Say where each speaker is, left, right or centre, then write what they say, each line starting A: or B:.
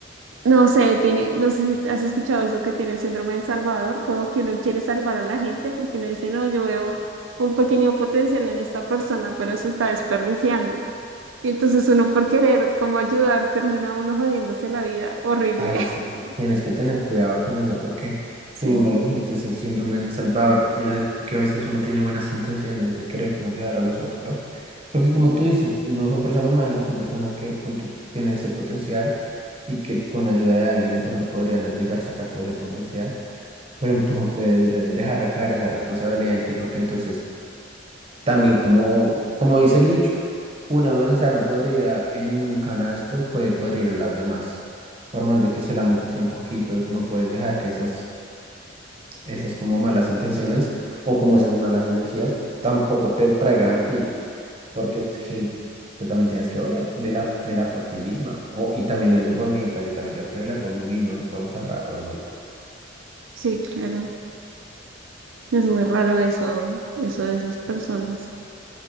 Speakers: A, on the right; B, on the right.
A: No sé, tiene, no sé si has escuchado eso que tiene el síndrome del Salvador, como que uno quiere salvar a la gente porque uno dice, no, yo veo un pequeño potencial en esta persona, pero se está desperdiciando. Y entonces uno por querer como ayudar termina uno jodiéndose la vida horrible.
B: Ay,
A: <laughs>
B: sí, tienes que tener cuidado con eso porque
A: Sí,
B: tú mismo lo dijiste, es el síndrome del Salvador. Yo sé que a veces uno tiene buenas intenciones de querer como ayudar a los otros, porque como tú dices, no son personas malas, son personas que de pronto tienen ese potencial y que con ayuda de alguien de pronto podrían llegar a sacar todo ese potencial. Pero tú no puedes re- dejar recaer esa responsabilidad en ti porque entonces También como, como dice el dicho, una manzana podrida en un canasto puede podrir a las demás. Por más de que solamente sea un poquito, no puedes dejar que esas, esas como malas intenciones o como esas malas energías tampoco te traigan a ti, porque es que tú también tienes que velar, velar, velar por ti misma. O, y también lo digo por mí, o sea, yo también tengo que velar por mí mismo, no podemos salvar a todo el mundo.
A: sí, claro. Es muy raro eso, eso de esas personas.